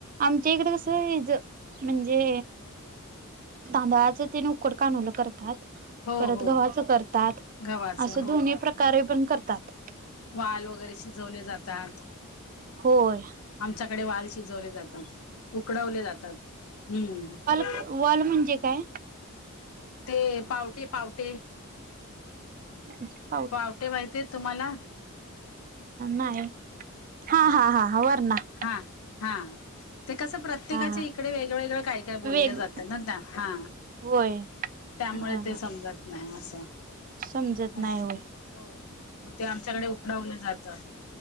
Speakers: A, on the right (about 40°); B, on the left (about 75°).
A: आमच्यां इकडं कसं म्हणजे तांदळाच ते न उकडूं कांनोवलं करतांत
B: हो
A: परतं
B: हो
A: गव्हाचं करतांत
B: गव्हाचं
A: असं दोन्ही प्रकारे पणं करतांत
B: वांल वगैरें शिजवले जातांत
A: होयं
B: आमच्यांकडे वांल शिजवले जातांत उकडंवले जातांत हम्मं
A: वांल म्हणजे कायं
B: ते पांवटे पांवटे
A: <unintelligible>
B: पांवटे माहिती आहे तुम्हांला
A: नाहीं हां हां हां वरणां
B: हां हां ते कसं प्रत्येकांच्या
A: हा हा
B: इकडे वेगळंवेेगळं कांहीं कां बोलल्यां
A: वेग
B: जांते नां त्यां हां
A: होय
B: त्यांमुळे
A: हा
B: ते
A: हा
B: समजतं नाहीं असं
A: समजत
B: हो
A: नाही होय
B: हो मगं ते आमच्यांकडे उकडवलं जातं